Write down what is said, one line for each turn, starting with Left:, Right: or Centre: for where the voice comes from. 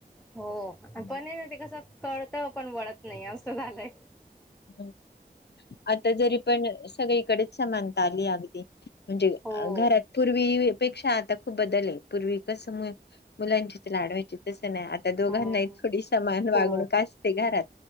Centre: होः
Left: हम्म.
Centre: आता मी माहितेय कसं कळत पण वळत नाही असं झालंय.
Left: हं आता जरी पणं सगळीकडेच समानता आलीये अगदी. म्हणजे
Centre: हो.
Left: आ घरात पूर्वी पेक्षा आता खूप बदलेय आहे पूर्वी कस- मुलांचीच लाढवायची तसं नाही आता दोघांना
Centre: हं.
Left: थोडी समान वागणूक
Centre: हो.
Left: असते घरात